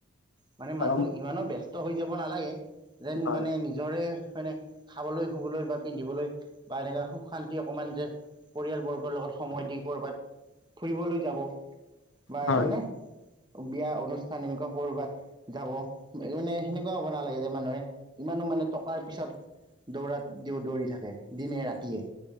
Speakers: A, on the right (about 20°); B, on the left (about 70°).
A: মানে
B: কাৰণ
A: মানুহ ইমানো ব্যস্ত হৈ যাব নালাগে। যেন
B: হয়
A: মানে নিজৰে মানে খাবলৈ শুবলৈ বা পিন্ধিবলৈ বা এনেকা সুখ শান্তি অকণমান যে পৰিয়ালবৰ্গৰ লগত সময় দি ক'ৰবাত ফুৰিবলৈ যাব বা
B: হয়
A: হেনে। বিয়া অনুষ্ঠান এনেকুৱা কৰবাত যাব মানে সেনেকুৱা হ'ব নালাগে যে মানুহে ইমান মানে টকাৰ পিছত দৌৰাত দেওঁ দৌৰি থাকে দিনে ৰাতিয়ে।